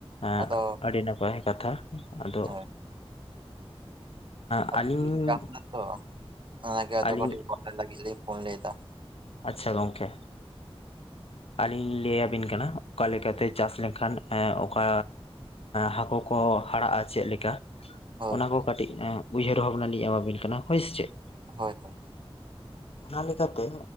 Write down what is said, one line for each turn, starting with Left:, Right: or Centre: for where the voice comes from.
Left: ᱮᱸ
Right: ᱟᱫᱚ
Left: ᱟᱹᱰᱤ ᱱᱟᱯᱟᱭ ᱠᱟᱛᱷᱟ ᱟᱫᱚ
Right: ᱦᱳᱭ
Left: ᱟᱹᱞᱤᱧ
Right: ᱟᱜᱩ ᱠᱤᱱ ᱪᱟᱣ ᱠᱟᱱᱟ ᱛᱚ ᱚᱱᱟᱜᱮ ᱟᱫᱚ
Left: ᱟᱹᱞᱤᱧ
Right: ᱠᱟᱹᱴᱤᱡ ᱯᱷᱳᱱ ᱞᱟᱹᱜᱤᱫ ᱞᱤᱧ, ᱯᱷᱳᱱ ᱞᱮᱫᱟ
Left: ᱟᱪᱪᱷᱟ ᱜᱚᱢᱠᱮ ᱟᱹᱞᱤᱧ ᱞᱟᱹᱭ ᱟᱵᱤᱱ ᱠᱟᱱᱟ ᱚᱠᱟᱞᱮ ᱞᱮᱠᱟᱛᱮ ᱪᱟᱥ ᱞᱮᱱᱠᱷᱟᱱ ᱦᱮᱸ ᱚᱠᱟ ᱦᱟᱹᱠᱩ ᱠᱚ ᱦᱟᱨᱟᱜᱼᱟ ᱪᱮᱫ ᱞᱮᱠᱟ?
Right: ᱦᱳᱭ
Left: ᱚᱱᱟ ᱠᱚ ᱠᱟᱹᱴᱤᱡ ᱩᱭᱦᱟᱹᱨ ᱵᱷᱟᱵᱽᱱᱟ ᱞᱤᱧ ᱮᱢᱟᱵᱤᱱ ᱠᱟᱱᱟ ᱦᱳᱭ ᱥᱮ ᱪᱮᱫ᱾
Right: ᱦᱳᱭ
Left: ᱚᱱᱟ ᱞᱮᱠᱟᱛᱮ